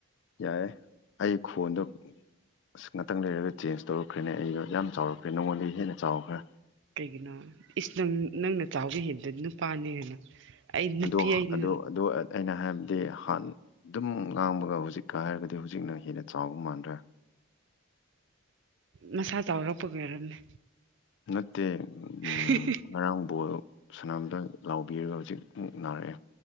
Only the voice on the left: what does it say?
ꯌꯥꯏꯦ ꯑꯩ ꯈꯣꯟꯗ ꯑꯁ ꯉꯥꯛꯇꯪ ꯂꯩꯔꯒ ꯆꯦꯟꯖ ꯇꯧꯔꯛꯈ꯭ꯔꯦꯅꯦ ꯑꯩꯗꯣ ꯌꯥꯝ ꯆꯥꯎꯔꯛꯈ꯭ꯔꯦ ꯅꯉꯣꯟꯗꯒꯤ ꯍꯦꯟꯅ ꯆꯥꯎꯈ꯭ꯔꯦ
ꯑꯗꯣ
ꯑꯗꯣ ꯑꯗꯣ ꯑꯩꯅ ꯍꯥꯏꯕꯗꯤ ꯍꯥꯟ ꯑꯗꯨꯝ ꯉꯥꯡꯕꯒ ꯍꯧꯖꯤꯛꯀ ꯍꯥꯏꯔꯒꯗꯤ ꯍꯧꯖꯤꯛꯅ ꯍꯦꯟꯅ ꯆꯥꯎꯕ ꯃꯥꯟꯗ꯭ꯔꯦ
ꯅꯠꯇꯦ ꯎꯝ
ꯉꯔꯥꯡ ꯕꯣꯜ ꯁꯅꯥꯝꯇ ꯂꯥꯎꯕꯤꯔꯒ ꯍꯧꯖꯤꯛ ꯃꯨꯛ ꯅꯥꯔꯛꯑꯦ